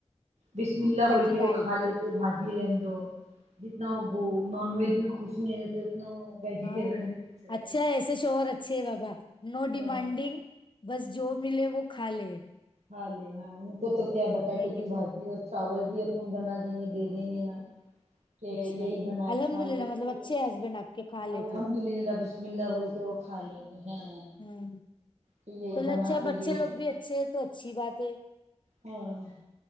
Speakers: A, on the right; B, on the left.
A: بسم اللہ بول
B: کی
A: کے
B: گائے
A: وہ کھا لیتے بھاجی رہ دو جتنا وہ نونویگ میں کچھ نہیں ہے تو اتنا وہ ویجیٹیبل
B: ہاں
A: میں خوش رہتے
B: اچھا ہے ایسے شوہر اچھے ہے بابا نو ڈیمانڈنگ
A: ہاں
B: بس جو ملے وہ کھا لے
A: ہاں لے ہاں ان کو تو کیا بٹاٹے
B: ہے کہ
A: کی
B: نہیں
A: بھاجی اور چاول بھی اپن بنا دیں گے دے دیں گے نا کہ
B: اچھا
A: یہی بنائے
B: الحمد
A: کھا
B: للہ
A: لو
B: مطلب
A: تو
B: اچھے ہسبینڈ آپ کے کھا لیتے
A: الحمد للہ بسم اللہ بول کہ وہ کھا لیں گے ہاں
B: ہوں
A: تو یہی
B: چلو
A: بنا
B: اچھا
A: تو یہی
B: بچے لوگ
A: بنا
B: بھی اچھے ہیں تو اچھی بات ہے
A: ہاں